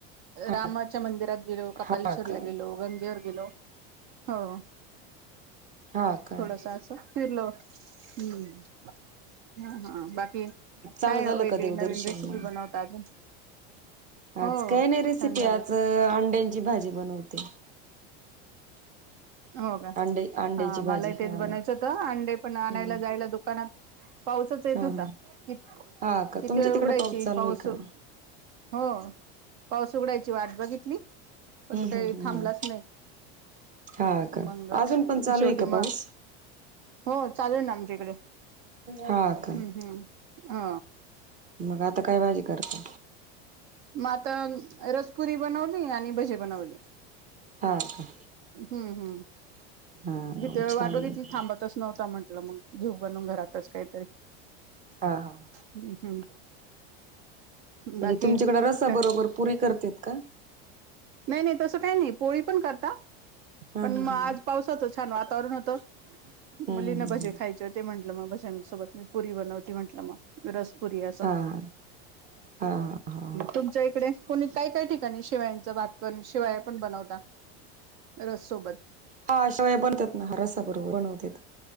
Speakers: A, on the right; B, on the right.
A: हा
B: रामाच्या मंदिरात गेलो कपालेश्वरला
A: हा का
B: गेलो गंगेवर गेलो हो
A: हा का
B: थोडासा असं फिरलो हम्म हा हा बाकी
A: चांगल
B: काय
A: झालं
B: वेगळी
A: का देवदर्शन
B: नवीन रेसिपी
A: मग
B: बनवता अजून हो
A: आज काय नाही रेसिपी
B: छान झालं
A: आज अंड्यांची भाजी बनवते
B: हो का
A: अंडे अंड्याची
B: हा मलाही
A: भाजी
B: तेच
A: हा
B: बनायचं होत अंडे पण
A: हम्म
B: आणायला जायला दुकानात पावसाच येत
A: हा
B: होता
A: हा
B: क
A: हा का
B: किती
A: तुमच्या
B: वेळ
A: तिकडे
B: उघडायची
A: चालू
B: पाऊस
A: आहे का
B: हो पाऊस उघडायची वाट बघितली पण
A: हम्म
B: तो
A: हम्म
B: काही थांबलाच
A: हम्म
B: नाही
A: हा का
B: मग
A: अजून पण चालू
B: शेवटी
A: आहे का पाऊस
B: मग हो चालेल ना आमच्याकडे हम्म
A: हा का
B: हम्म अ
A: मग आता काय भाजी करता
B: मग आता रसपुरी बनवली आणि भजे बनवले
A: हा का
B: हम्म हम्म
A: हा
B: किती वेळ
A: छान
B: व वाट बघितली
A: मग
B: थांबतच नव्हता म्हंटलं मग म्हणाल घेऊ बनून घरातच काहीतरी
A: हा हा
B: हम्म हम्म
A: म्हणजे
B: बाकी
A: तुमच्याकडे रसा
B: का
A: बरोबर पुरी करतेत का
B: नाही नाही तसं काही नाही पोळी पण करता पण
A: हा
B: मग
A: हा
B: आज पावसाचं छान वातावरण होत.
A: हम्म
B: मुलीना
A: हम्म
B: भजे खायचे होते, म्हटलं मग भज्यांसोबत मी पुरी बनवती म्हटलं मग रस. पुरी््
A: हा हा हा हा
B: तुमच्या इकडे. कोणी काही काय ठिकाणी शिवायांचं भातपण शिवाया पण बनवता रससोबत.
A: हा शेवाय बनतात ना रसा बरोबर बनवत